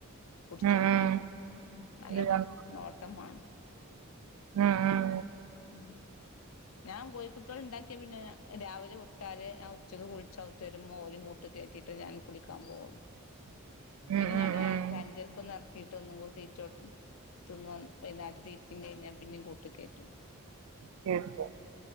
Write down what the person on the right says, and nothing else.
ഉം ഉം
ഉം
ഉം ഉം
<inaudible>
ഉം
ഉം
<unintelligible>